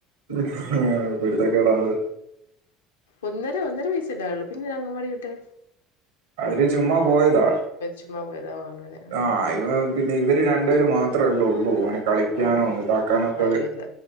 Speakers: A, on the right; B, on the left.
A: <unintelligible> ഉം കുരുത്തക്കേടാണ്
B: ഒന്നര ഒന്നര വയസ് അല്ലേ ആയുള്ളൂ പിന്നെ എന്തിനാ അങ്ങൻ വാടി വിട്ടെ
A: അവര് ചുമ്മാ പോയതാ
B: ചുമ്മാ പോയതാ ഓ അങ്ങനെ
A: ആ
B: ആഹ്
A: <unintelligible> പിന്നെ ഇവര് രണ്ടേരും മാത്രല്ലേ ഉള്ളൂ <unintelligible> കളിക്കാനോ
B: ആഹ്
A: ഇതാക്കാനോ ഒക്കെ
B: ആരും ഇല്ല